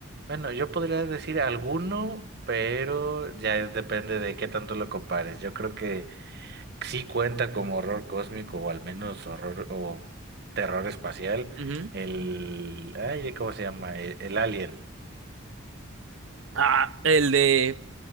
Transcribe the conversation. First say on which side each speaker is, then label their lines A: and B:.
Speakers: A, on the right (about 50°); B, on the right (about 70°).
A: Bueno, yo podría decir alguno, pero ya depende de qué tanto lo compares. Yo creo que sí cuenta como horror cósmico o al menos horror o terror espacial.
B: Ujú.
A: El... Ay, ¿cómo se llama? El, el Alien.
B: Ah, el de